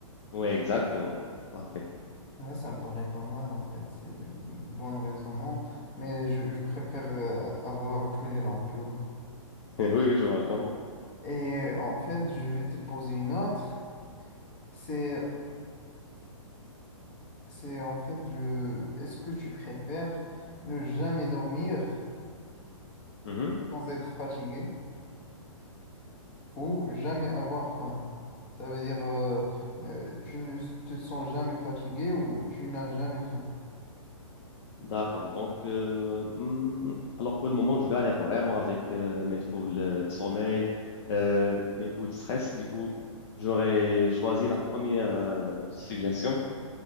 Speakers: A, on the left; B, on the left.
A: oui, exactement. Parfait.
B: Ouais, ça me paraît pas mal en fait, c'est bon raisonnement, mais je, je préfère euh, avoir tous les langues, tu vois.
A: <laughs> Oui, je vois, je comprends.
B: Et en fait, je vais te poser une autre. C'est, c'est en fait, je, est-ce que tu préfères ne jamais dormir
A: Mhm.
B: sans être fatigué ou jamais avoir faim? Ça veut dire, euh, ne- tu ne te sens jamais fatigué ou tu n'as jamais faim?
A: D'accord. Donc, euh, hmm, alors pour le moment, je galère vraiment avec euh, mes troubles euh, de sommeil, euh, mes coups de stress. Du coup, j'aurais choisi la première euh, suggestion.